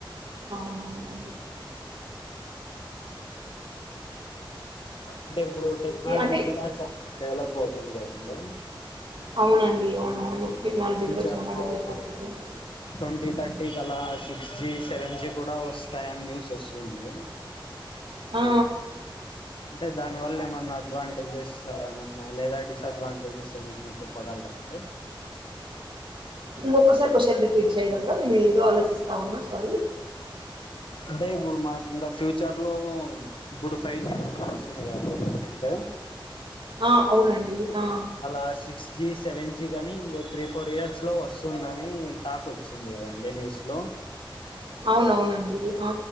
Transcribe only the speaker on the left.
అంటే ఇప్పుడు టెక్నాలజీ
కూడా చాల డెవలప్ అవుతుంది కదండి
ఫ్యూచర్లో
ట్వంటీ థర్టీ కలా సిక్స్ జి సెవెన్ జి కూడా వస్తాయని న్యూస్ వస్తుంది
అంటే దానివల్ల ఏమన్నా అడ్వాంటేజెస్ అల ఏమన్నా లేదా డిసడ్వాంటేజెస్ ఏమన్నా చెప్పగలరా అండి
అంటే ఇప్పుడు మాకి ఇంకా ఫ్యూచర్ లో ఇప్పుడు ఫైవ్ జీ వస్తుంది కదండి ప్రసెంటు
అలా సిక్స్ జి సెవెన్ జి కాని ఇంకో త్రీ ఫోర్ ఇయర్స్ లో వస్తుందని టాక్ వచ్చింది కదండి న్యూస్ లో